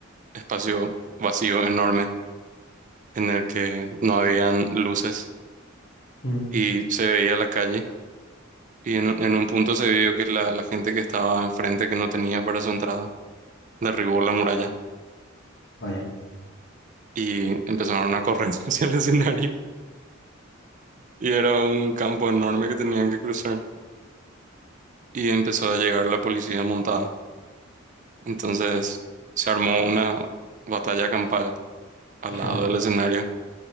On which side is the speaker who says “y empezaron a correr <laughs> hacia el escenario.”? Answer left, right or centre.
Right